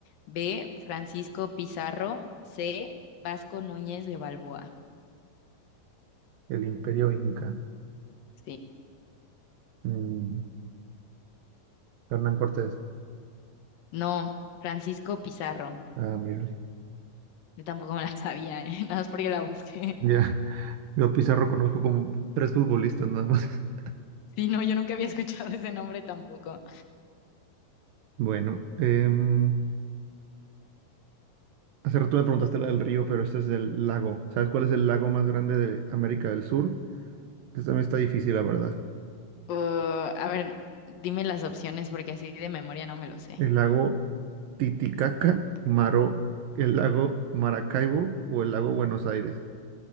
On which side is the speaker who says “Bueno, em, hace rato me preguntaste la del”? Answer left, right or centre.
Right